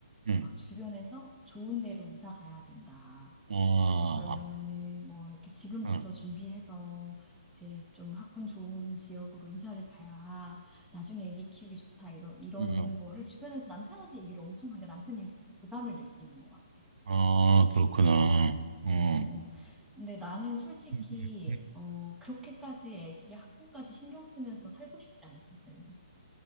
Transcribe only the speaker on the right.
음.
아,
아,
아,
아, 그렇구나. 어. 음,
음, 음.